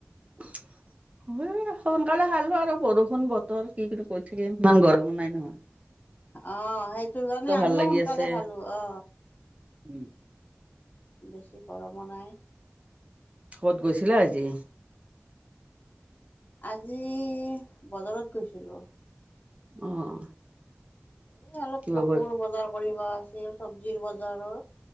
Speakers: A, on the right; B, on the left.
A: <inaudible> উম সোনকালে খালো আৰু বৰষুণ বতৰ কিনো কৰি কৰি থাকিম ইমান গৰমো নাই ন?
B: অ সেইটো কাৰণে
A: ভাল
B: আমিও
A: লাগি
B: সোনকালে
A: আছে
B: খালো। অ
A: উম
B: বেছি গৰমো নাই।
A: ক'ৰবাত গৈছিলে আজি?
B: আজি বজাৰত গৈছিলো।
A: অ
B: এ অলপ
A: কিবা
B: কাপোৰ
A: ব
B: বজাৰ কৰিব আছিল। চব্জিৰ বজাৰো